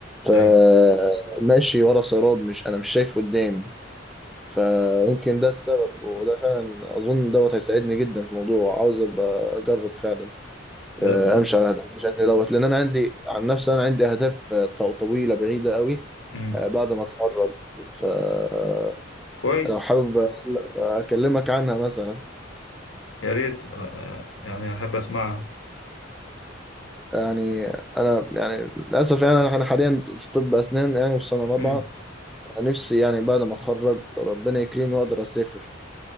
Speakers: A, in the centre; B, on the left (about 85°).
A: فماشي
B: اي
A: ورا سراب مش انا مش شايف قدامي فيمكن ده السبب وده فعلا اظن دوت هيساعدني جدا في الموضوع عاوز ابقى اجرب فعلا آه،
B: ده ده
A: امشي على هدف بشكل دوت لان انا عندي عن نفسي انا عندي اهداف آه، ط- طويله بعيده قوي
B: امم
A: آه، بعد ما اتخرج فلو
B: كويس
A: حابب اكلمك عنها مثلا
B: يا ريت آه، آه، يعني أحب أسمعها
A: يعني انا يعني للاسف يعني انا أنا حاليا في طب اسنان يعني في سنه رابعه
B: مم.
A: نفسي يعني بعد ما اتخرج ربنا يكرمني واقدر اسافر